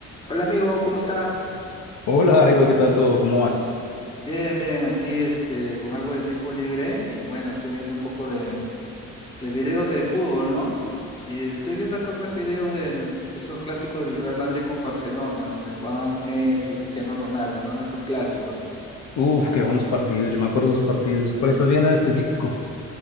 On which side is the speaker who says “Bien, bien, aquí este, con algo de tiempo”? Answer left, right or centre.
Left